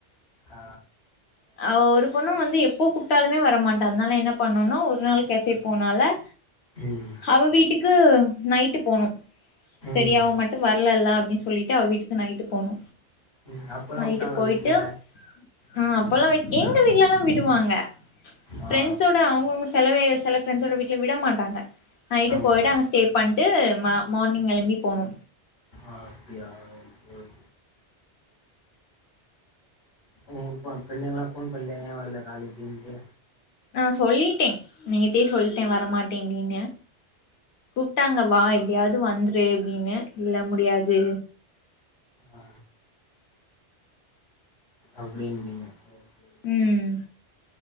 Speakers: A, on the left; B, on the left.
A: ஆ
B: அ ஒரு பொண்ணு வந்து எப்போ கூப்டாலுமே வரமாட்டா அதனால என்ன பண்ணுனோ ஒரு நாள் கேஃபே போனால
A: ம்
B: அவ வீட்டுக்கு நைட்டு போணு
A: ம்
B: செரி அவ மட்டு வரலல்ல அப்டின்னு சொல்லிட்டு அவ வீட்டுக்கு நைட்டு போணு
A: ம் அப்பல்லா
B: நைட்டு
A: வுட்டாங்களா
B: போயிட்டு
A: வீட்ல
B: ஆ அப்பல்லா வெ எங்க வீட்ல எல்லா விடுவாங்க
A: ஆ
B: ஃபிரெண்ட்ஸ்ஜோட அவுங்கவுங்க செலவே செல ஃப்ரெண்ட்ஸோட வீட்ல விட மாட்டாங்க நைட்டு
A: ஆமா
B: போயிட்டு அங்கே ஸ்டே பண்ணிட்டு மா மார்னிங் எழும்பி போணு
A: ஆ அப்டியா சேரி ம் உன் ஃப ஃப்ரெண்டுங்க எல்லா ஃபோன் பண்ணலய்யா ஏன் வர்ல காலேஜ்ன்ட்டு
B: நா சொல்லிட்டே நீங்டயே சொல்ட்டே வரமாட்டே அப்டின்னு கூப்டாங்க வா எப்டியாவது வந்துரு அப்டின்னு இல்ல முடியாது
A: ஆ அப்டிங்கிறீங்க ஓகே
B: ம்